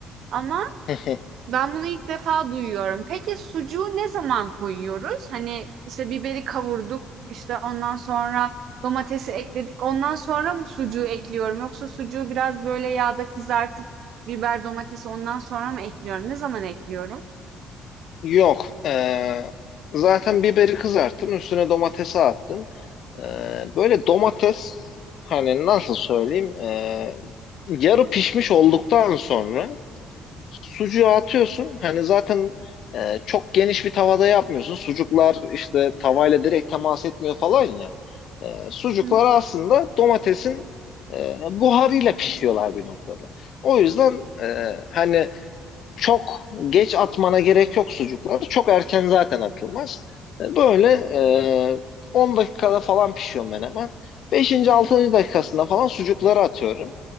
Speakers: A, on the right; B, on the left.
A: Ama
B: <laughs>
A: ben bunu ilk defa duyuyorum. Peki sucuğu ne zaman koyuyoruz? Hani işte biberi kavurduk, işte ondan sonra domatesi ekledik. Ondan sonra mı sucuğu ekliyorum? Yoksa sucuğu biraz böyle yağda kızartıp biber domatesi ondan sonra mı ekliyorum? Ne zaman ekliyorum?
B: Yok. e, zaten biberi kızarttın, üstüne domatesi attın. E, böyle domates hani nasıl söyleyeyim e, yarı pişmiş olduktan sonra sucuğu atıyorsun. Hani zaten e, çok geniş bir tavada yapmıyorsun. Sucuklar işte tavayla direkt temas etmiyor falan ya. E, sucuklar
A: Hı hı.
B: aslında domatesin e, buharıyla pişiyorlar bir noktada. O yüzden e, hani çok geç atmana gerek yok sucukları. Çok erken zaten atılmaz. E, Böyle e, 10 dakikada falan pişiyor menemen. 5. 6. dakikasında falan sucukları atıyorum.